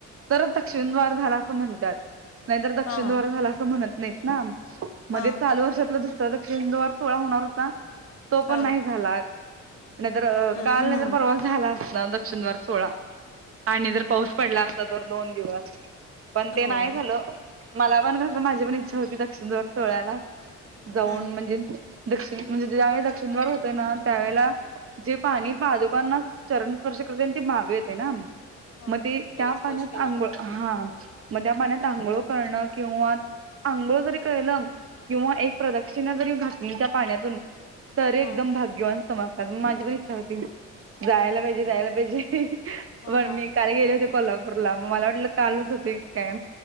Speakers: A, on the right; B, on the left.
A: तरच तक्ष्मींदद्वार झाला असं म्हणतात. नाहीतर दक्षिण
B: हा
A: दवारे
B: हा
A: झाला असं म्हणत नाहीत ना
B: हा
A: मध्ये चालू वर्ष तळ त्यादिवशी इंदवार सोहळा होणार होता तो
B: हा
A: पण नाही झाला. नगर नाहीतर
B: हम्म
A: काल नंतर
B: हम्म
A: परवास झाला आसरा दक्षिण द्वार सोहळा. आणि जर पाऊस पडला असता तर दोन दिवस. पण ते
B: होय
A: नाही झालं मला पण कसं माझी पण इच्छा होती दक् दक्षिण द्वार सोहळ्याला. जाऊन
B: हम्म
A: म्हणजे दक्षिण म्हणजे ज्यावेेळी दक्षिणद्वार होतय ना त्यावेेळेला जे पाणी पादुकांना चरण स्पर्श करते ते माग येते ना.
B: हा
A: मग ते त्या
B: जरा स्पर्श
A: पाण्यात
B: केला
A: आंघोळ
B: मग
A: हा मग त्या पाण्यात आंघोळ करणं किंवा आंघोळ जरी केलं किंवा एक प्रदक्षिणा जरी घातली त्या पाण्यातून. तर एकदम
B: हा
A: भाग्यवान समजतात मग माझी पण इच्छा जायला पाहिजे जायला पाहिजे.
B: हा
A: पण
B: हा
A: मी काल गेले होते कोल्हापूरला मग मला वाटलं कालच होती की काय?